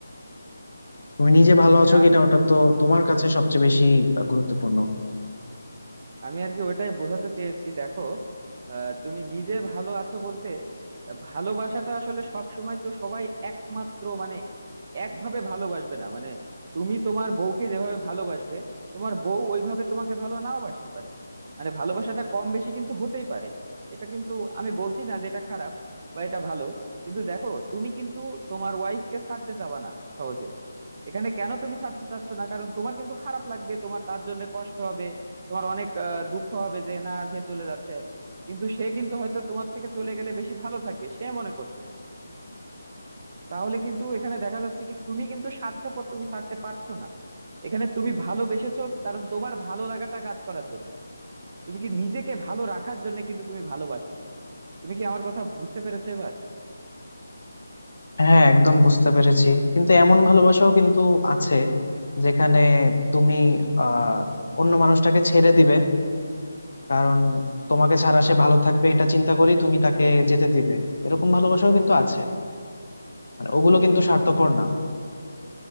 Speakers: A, on the left; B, on the right.
A: তুমি নিজে ভালো
B: হ্যাঁ
A: আছো
B: আমি
A: কিনা ওটা তো তোমার কাছে সবচেয়ে বেশি গুরুত্বপূর্ণ
B: আমি আর কি ওইটাই বোঝাতে চেয়েছি দেখো আহ, তুমি নিজে ভালো আছো বলতে আহ, ভালোবাসাটা আসলে সব সময় তো সবাই একমাত্র মানে একভাবে ভালোবাসবে না মানে তুমি তোমার বউকে যেভাবে ভালোবাসবে তোমার বউ ওইভাবে তোমাকে ভালো নাও বাসতে পারে মানে ভালোবাসাটা কম বেশি কিন্তু হতেই পারে এটা কিন্তু আমি বলছি না যে এটা খারাপ বা এটা ভালো কিন্তু দেখো তুমি কিন্তু তোমার ওয়াইফকে ছাড়তে চাবা না সহজে এখানে কেন তুমি ছাড়তে চাচ্ছ না কারণ তোমার কিন্তু খারাপ লাগবে তোমার তার জন্য কষ্ট হবে তোমার অনেক আহ, দুঃখ হবে যে না সে চলে যাচ্ছে কিন্তু সে কিন্তু হয়তো তোমার থেকে চলে গেলে বেশি ভালো থাকবে সে মনে করছে তাহলে কিন্তু এখানে দেখা যাচ্ছে কি তুমি কিন্তু স্বার্থপর তুমি ছাড়তে পারছো না এখানে তুমি ভালোবেসেছো কারণ তোমার ভালো লাগাটা কাজ করার জন্য তুমি কি নিজেকে ভালো রাখার জন্য কিন্তু তুমি ভালোবাসছো তুমি কি আমার কথা বুঝতে পেরেছো এবার
A: হ্যাঁ একদম বুঝতে পেরেছি কিন্তু এমন ভালোবাসাও কিন্তু আছে যেখানে তুমি আহ অন্য মানুষটাকে ছেড়ে দিবে কারণ তোমাকে ছাড়া সে ভালো থাকবে এটা চিন্তা করেই তুমি তাকে যেতে দিবে এরকম ভালোবাসাও কিন্তু আছে মানে ওগুলো কিন্তু স্বার্থপর না